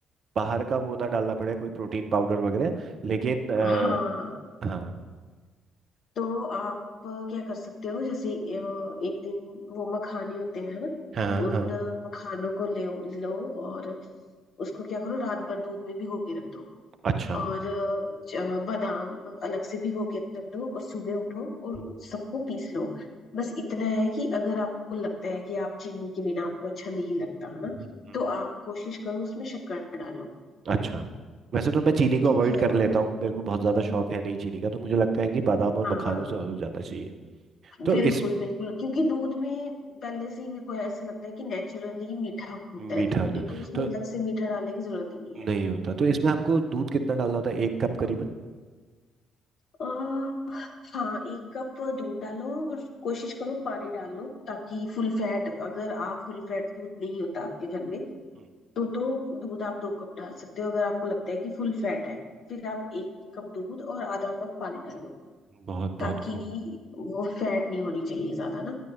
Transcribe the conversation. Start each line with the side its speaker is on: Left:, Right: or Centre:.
Right: बाहर का वो ना डालना पड़े कोई प्रोटीन पाउडर वगैरह लेकिन अ,
Left: हाँ
Right: हाँ
Left: तो आप क्या कर सकते हो जैसे अ, एक दिन वो मखाने होते हैं है ना
Right: हाँ
Left: उन
Right: हाँ
Left: मखानों को ले लो और उसको क्या करो रात भर दूध में भिगो के रख दो
Right: अच्छा
Left: और अ, ज- बादाम अलग से भिगो के रख दो और सुबह उठो और
Right: हम्म,
Left: उस सबको पीस लो बस इतना है कि अगर आपको लगता है कि आप चीनी के बिना आपको अच्छा नहीं लगता है ना
Right: हम्म, हम्म।
Left: तो आप कोशिश करो उसमें शक्कर डालो
Right: अच्छा वैसे तो मैं चीनी को
Left: ठीक
Right: अवॉइड
Left: है
Right: कर
Left: और
Right: लेता हूँ मेरे को बहुत ज़्यादा शौक है नहीं चीनी का तो मुझे लगता है कि बादाम और
Left: हाँ
Right: मखानों से हो जाना चाहिए तो
Left: बिल्कुल
Right: इस
Left: बिल्कुल क्योंकि दूध में पहले से ही मेरे को ऐसा लगता है कि नेचुरली मीठा होता
Right: मीठा
Left: है दूध
Right: होता
Left: में तो उसमें
Right: तो
Left: अलग से मीठा डालने की जरूरत ही नहीं है
Right: नहीं होता तो इसमें हमको दूध कितना डालना होता है एक कप करीबन
Left: आ, हाँ एक कप दूध डालो और कोशिश करो पानी डाल लो ताकि फुल फैट अगर आप फुल फैट दूध नहीं होता आपके घर में
Right: हम्म, हम्म।
Left: तो तो दूध आप दो कप डाल सकते हो अगर आपको लगता है कि फुल फैट है फिर आप एक कप दूध और आधा कप पानी डालो
Right: बहुत बहुत
Left: ताकि
Right: खूब
Left: वो फैट नहीं होनी चाहिए ज्यादा ना